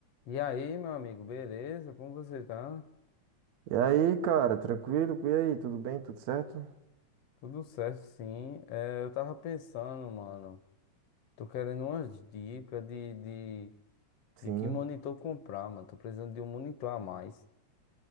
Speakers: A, on the left (about 65°); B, on the right (about 70°).
A: E aí, meu amigo, beleza? Como você tá?
B: E aí, cara, tranquilo? E aí, tudo bem? Tudo certo?
A: Tudo certo, sim. É, eu tava pensando, mano. Tô querendo umas dicas de, de,
B: Sim.
A: de que monitor comprar, mano. Tô precisando de um monitor a mais.